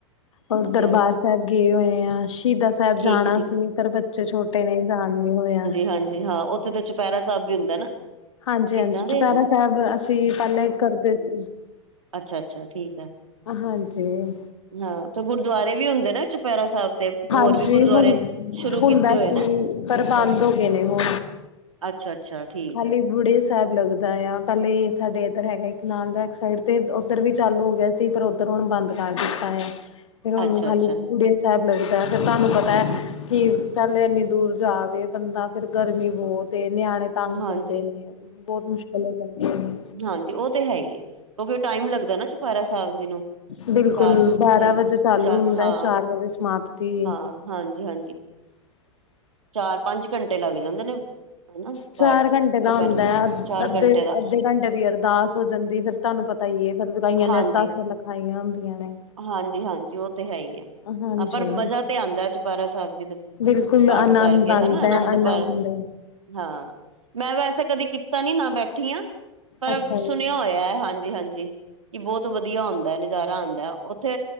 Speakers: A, on the left; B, on the right.
A: ਔਰ
B: ਉਹ
A: ਦਰਬਾਰ
B: ਤਾਂ
A: ਸਾਹਿਬ ਗਏ ਹੋਏ ਆ ਸ਼ਹੀਦਾਂ ਸਾਹਿਬ
B: ਠੀਕ
A: ਜਾਣਾ
B: ਹੈ ਠੀਕ
A: ਸੀ ਪਰ ਬੱਚੇ ਛੋਟੇ ਨੇ ਜਾਨ ਨੀ ਹੋਇਆ।
B: ਹਾਂਜੀ ਹਾਂ ਓਥੇ। ਉੱਥੇ ਤੇ ਚੁਪਹਿਰਾ ਸਾਹਿਬ ਵੀ ਹੁੰਦੈ ਨਾ।
A: ਹਾਂਜੀ
B: ਸ਼ਹੀਦਾਂ
A: ਹਾਂਜੀ
B: ਦੇ
A: ਚੁਪਹਿਰਾ
B: ਹਨਾ
A: ਸਾਹਿਬ ਅਸੀਂ ਪਹਿਲੇ ਕਰਦੇ ਸੀ।
B: ਅੱਛਾ ਅੱਛਾ ਠੀਕ ਹੈ।
A: ਹਾਂਜੀ
B: ਹਾਂ ਤੇ ਗੁਰਦੁਆਰੇ ਵੀ ਹੁੰਦੇ ਨਾ। ਪੈਰਾ ਸਾਹਿਬ ਤੇ।
A: ਹਾਂਜੀ
B: ਹੋਰ ਵੀ ਗੁਰਦੁਆਰੇ
A: ਹੁਣ
B: ਸ਼ੁਰੂ
A: ਹੁੰਦਾ
B: ਕੀਤੇ ਹੋਏ
A: ਸੀ
B: ਨੇ
A: ਪਰ
B: ਅੱਜ ਕੱਲ।
A: ਬੰਦ ਹੋ ਗਏ ਨੇ ਹੁਣ
B: ਅੱਛਾ ਅੱਛਾ ਠੀਕ
A: ਖਾਲੀ
B: ਹੈ।
A: ਬੁੜੇ ਸਾਹਿਬ ਲੱਗਦਾ ਏ ਆ ਪਹਿਲੇ ਸਾਡੇ ਇੱਧਰ ਹੈਗਾ ਇੱਕਨਾਲ ਬੈਕ ਸਾਈਡ ਤੇ ਉੱਧਰ ਵੀ ਚਾਲੂ ਹੋ ਗਿਆ। ਸੀ ਫਿਰ ਉੱਧਰ ਹੁਣ ਬੰਦ ਕਰ ਦਿੱਤਾ ਹੈ ਫ਼ੇਰ ਹੁਣ
B: ਅੱਛਾ-ਅੱਛਾ
A: ਖਾਲੀ ਬੁੜੀਆਂ ਸਾਹਿਬ ਲੱਗਦੈ ਫੇਰ ਤੁਹਾਨੂੰ ਪਤੈ।
B: ਜ। <inaudible>
A: ਕੀ ਪਹਿਲੇ ਇੰਨੀ ਦੂਰ ਜਾਵੇ ਬੰਦਾ ਫੇਰ ਗਰਮੀ ਬਹੁਤ ਏ ਨਿਆਣੇ। ਤੰਗ
B: ਹਾਂਜੀ-ਹਾਂਜੀ,
A: ਕਰਦੇ ਨੇ ਬੋਤ ਮੁਸ਼ਕਿਲ ਹੋ ਜਾਂਦੀਆਂ ਨੇ।
B: ਹਾਂਜੀ ਉਹ ਤੇ ਹੈ। ਹੀ ਹੈ। ਕਿਉਂਕਿ ਟਾਈਮ ਲੱਗਦਾ ਨਾ ਚੁਪੈਰਾ ਸਾਹਿਬ ਜੀ ਨੂੰ।
A: ਬਿਲਕੁਲ,
B: ਚਾਰ
A: ਬਾਰਾਂ
B: ਤਿੰਨ
A: ਵਜੇ ਚਾਲੂ
B: ਚਾਰ
A: ਹੁੰਦਾ
B: ਹਾਂ,
A: ਏ, ਚਾਰ ਵਜੇ ਸਮਾਪਤੀ।
B: ਹਾਂ, ਹਾਂਜੀ-ਹਾਂਜੀ। ਚਾਰ ਪੰਜ ਘੰਟੇ ਲੱਗ ਜਾਂਦੇ ਨੇ। ਹਨਾ
A: ਚਾਰ
B: ਪਾਠ
A: ਘੰਟੇ
B: ਚੁਪਹਿਰੇ
A: ਦਾ ਹੁੰਦਾ ਐ, ਅ
B: ਚਾਰ
A: ਅੱਧੇ‌-ਅੱਧੇ
B: ਘੰਟੇ ਦਾ
A: ਘੰਟੇ ਦੀ ਅਰਦਾਸ ਹੋ ਜਾਂਦੀ ਫਿਰ ਤੁਆਨੂੰ ਪਤਾ ਈ ਐ ਫਿਰ ਗੁਰਾਈਆਂ
B: ਹਾਂਜੀ
A: ਨੇ ਅਰਦਾਸਾਂ ਲਿਖਾਈਆਂ ਹੁੰਦੀਆਂ ਨੇ।
B: ਹਾਂਜੀ-ਹਾਂਜੀ, ਉਹ ਤੇ ਹੈ ਈ ਐ,
A: ਹਾਂਜੀ
B: ਹਾਂ ਪਰ ਮਜ਼ਾ ਤੇ ਆਦਾਂ ਚਪੈਰਾ ਸਾਹਿਬ ਜੀ ਦੇ
A: ਬਿਲਕੁਲ,
B: ਪਾਠ
A: ਆਨੰਦ
B: ਕਰਕੇ
A: ਆਦਾਂ
B: ਹਨਾ
A: ਐ, ਆਨੰਦ।
B: ਪਰ ਹਾਂ, ਮੈਂ ਵੈਸੇ ਕਦੀ ਕੀ ਤਾਂ ਨੀ ਨਾ ਬੈਠੀ ਆਂ ਪਰ
A: ਅੱਛਾ ਜੀ
B: ਸੁਣਿਆ ਹੋਇਆ ਐ, ਹਾਂਜੀ- ਹਾਂਜੀ। ਕਿ ਬੋਤ ਵਦੀਆ ਹੁੰਦਾ ਐ ਨਜ਼ਾਰਾ ਆਦਾਂ ਐ, ਉੱਥੇ